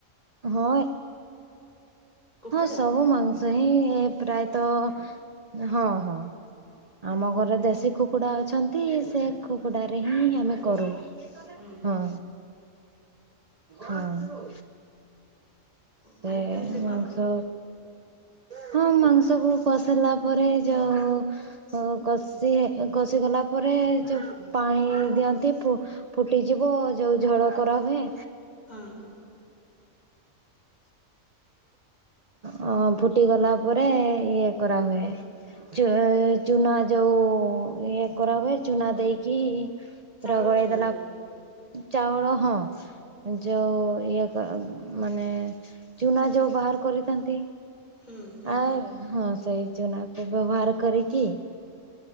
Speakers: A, on the right (about 35°); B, on the left (about 30°).
A: ହଁ, ଅ
B: କୁକୁଡା
A: ହଁ, ସବୁ ମାଂସ ହିଁ ପ୍ରାୟତଃ ହଁ, ହଁ।
B: ହୁଁ
A: ଆମ ଘରେ ଦେଶୀ କୁକୁଡା ଅଛନ୍ତି, ସେ କୁକୁଡ଼ା ରେ ହିଁ ଆମେ କରୁ।
B: ହୁଁ
A: ହଁ, ହଁ। ସେ
B: ମାନେ କେମିତି
A: ଏ ମାଂସ
B: କଣ
A: ହଁ ମାଂସକୁ କଷିଲା ପରେ ଯଉଁ ଉ ହଁ, କଷି କଷିଗଲା ପରେ ଯେଉଁ ପାଣି ଦିଅନ୍ତି, ଫୁ ଫୁଟିଯିବ ଯୋଉ ଝଳ କରାହୁଏ।
B: ହଁ।
A: ହଁ ଅ ଫୁଟିଗଲା ପରେ ଇଏ କରାହୁଏ। ଚୁ ଉ ଚୁନା ଯୋଉ ଇଏ କରାହୁଏ ଚୁନା ଦେଇକି ପୁରା
B: ଚାଉଳ
A: ଗଳେଇ
B: ଚୁନା
A: ଦେଲା, ଚାଉଳ ହଁ। ଯୋଉ ଉ ଇଏ ମାନେ ଚୁନା ଯୋଉ ବାହାର କରିଥାନ୍ତି।
B: ହୁଁ ହୁଁ
A: ଆ ହଁ ସେଇ ଚୁନାକୁ ବ୍ୟବହାର କରିକି